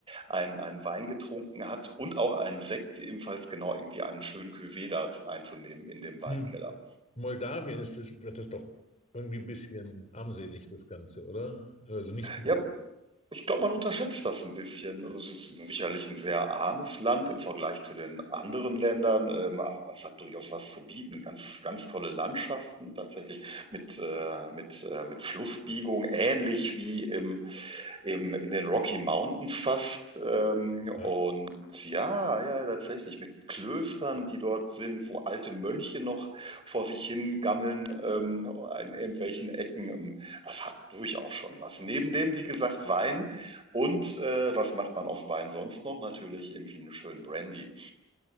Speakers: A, on the right; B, on the left.
A: ein, ein Wein getrunken hat und auch einen Sekt, ebenfalls genau irgendwie einen schönen Cuvée da einzunehmen in dem Weinkeller.
B: Hm. Moldawien ist das, das ist doch irgendwie ein bisschen armselig, das Ganze, oder? Also nicht so.
A: Ja, Ich glaube, man unterschätzt das ein bisschen. Also es ist sicherlich ein sehr armes Land im Vergleich zu den anderen Ländern, ähm, aber es hat durchaus was zu bieten. Ganz, ganz tolle Landschaften tatsächlich mit, äh, mit, äh, mit Flussbiegung, ähnlich wie im, im, in den Rocky Mountains fast. Ähm,
B: total.
A: und ja, ja, tatsächlich mit Klöstern, die dort sind, wo alte Mönche noch vor sich hin gammeln ähm, in irgendwelchen Ecken. Ähm, Das hat durchaus schon was. Neben dem, wie gesagt, Wein. Und äh, was macht man aus Wein sonst noch? Natürlich irgendwie einen schönen Brandy.